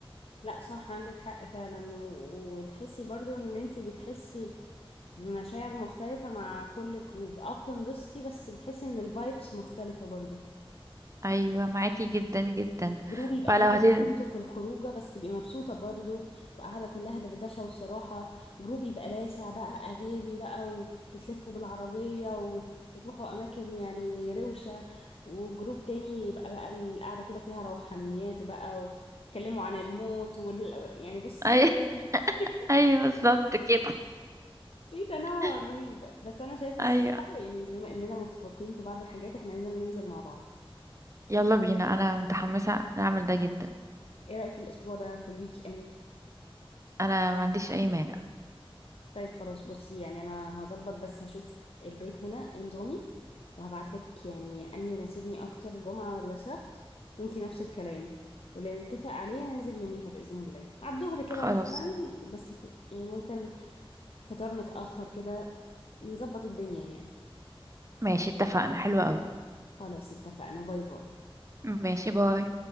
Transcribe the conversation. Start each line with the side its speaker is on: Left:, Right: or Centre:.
Left: لا صح عندك حق فعلا و- وتحسي برضو ان انتي بتحسي بمشاعر مختلفة مع كل جروب اه بتنبسطي بس بتحسي ان الفايبس مختلفة برضو
Right: ايوه معاكي جدا جدا
Left: جروب يبقى
Right: فلو
Left: هادي
Right: هتن
Left: وانتوا في الخروجه بس تبقي مبسوطه برضو وقاعده كلها دردشه وصراحه جروب يبقى لاسع بقى اغاني بقى و- وتلفوا بالعربيه و- وتروحوا اماكن يعني روشه وجروب تاني يبقى بقى القعده كده فيها روحانيات بقى وتكلموا عن الموت وال... يعني بصي
Right: <laughs>
Left: <laughs>
Right: ايوه بالظبط كده
Left: في تنوع
Right: <laughs>
Left: رهيب بس انا شايفه الصراحه
Right: ايوه
Left: يعني بما اننا متفقين في بعض الحاجات احنا لازم ننزل مع بعض
Right: يلا بينا انا متحمسة نعمل ده جدا
Left: ايه رايك الاسبوع ده في الويك اند
Right: انا ما عنديش اي مانع
Left: طيب خلاص بصي يعني انا هظبط بس هشوف البيت هنا إيه نظامي وهبعتلك يعني انهي يناسبني اكتر جمعة ولا سبت وانتي نفس الكلام واللي نتفق عليه ننزل يوميها بإذن الله على الظهر كده
Right: خلاص
Left: مثلا بس في- يعني ممكن فطار متأخر كده نظبط الدنيا يعني
Right: ماشي اتفقنا حلو قوي
Left: خلاص اتفقنا باي باي
Right: ماشي باي